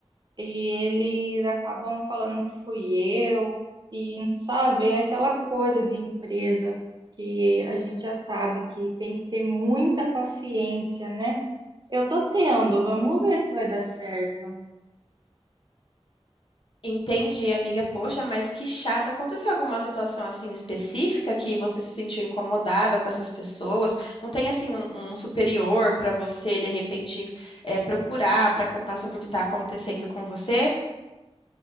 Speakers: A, on the right (about 45°); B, on the left (about 55°).
A: e eles acabam falando que fui eu e sabe, é aquela coisa de empresa que a gente já sabe que tem que ter muita paciência, né? Eu tô tendo, vamos ver se vai dar certo.
B: Entendi, amiga. Poxa, mas que chato. Aconteceu alguma situação assim específica que você se sentiu incomodada com essas pessoas? Não tem assim um, um superior para você de repente é, procurar para contar sobre o que está acontecendo com você?